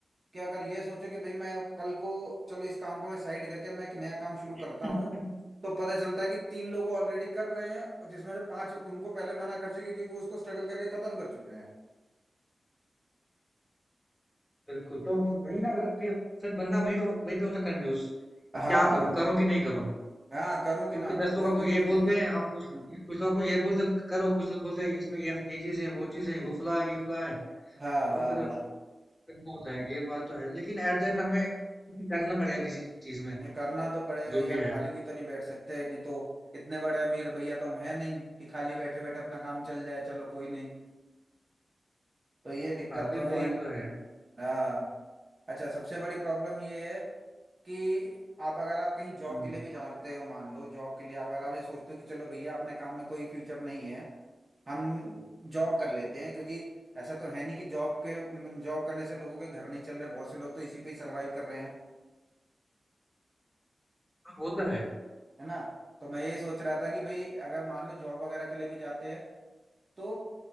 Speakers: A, on the right (about 30°); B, in the centre.
A: कि अगर ये सोचो कि भाई मैं कल को चलो इस काम को मैं साइड करके मैं एक नया काम शुरू
B: <laughs>
A: करता हूँ तो पता चलता है कि तीन लोग ऑलरेडी कर रहे हैं और जिसमें से पांच उनको पहले मना कर चुके क्योंकि वो उसको स्ट्रगल करके खत्म कर चुके हैं
B: बिल्कुल तो वही ना अगर फिर फिर बंदा वही पे वही पे होता कंफ्यूज
A: हाँ
B: क्या करूं करूं कि नहीं करूं
A: हाँ करूँ कि
B: क्योंकि
A: ना
B: दस
A: करूँ
B: लोग
A: बस
B: आपको
A: बिल्कुल
B: ये बोलते
A: यही है।
B: हैं आप कुछ
A: हम्म
B: कुछ लोग आपको ये बोलते हैं करो कुछ लोग बोलते हैं इसमें ये ये चीजें हैं वो चीजें हैं वो फला है ये फला है
A: हाँ
B: तो
A: हाँ
B: फिर
A: हाँ
B: करना होता है ये बात तो है लेकिन एट द एंड हमें करना पड़ेगा किसी चीज में
A: नहीं, करना तो पड़ेगा
B: जो
A: ही यार
B: भी है
A: खाली भी तो नहीं बैठ सकते नहीं तो इतने बड़े अमीर भैया तो हम है नहीं कि खाली बैठे बैठे अपना काम चल जाए चलो कोई नहीं तो ये दिक्कत
B: हाँ नहीं
A: तो है
B: पॉइंट
A: ही
B: तो है
A: हाँ अच्छा सबसे बड़ी प्रॉब्लम ये है कि आप अगर आप कहीं जॉब
B: हम्म,
A: के लिए भी जाते हो मान लो जॉब के लिए आप अगर आप ये सोचते हो कि चलो भैया अपने काम में कोई फ्यूचर नहीं है हम जॉब कर लेते हैं क्योंकि ऐसा तो है नहीं कि जॉब के जॉब करने से लोगों के घर नहीं चल रहे बहुत से लोग तो इसी पे ही सर्वाइव कर रहे हैं
B: हाँ, वो तो है
A: है ना तो मैं ये सोच रहा था कि भाई अगर मान लो जॉब वगैरह के लिए भी जाते हैं तो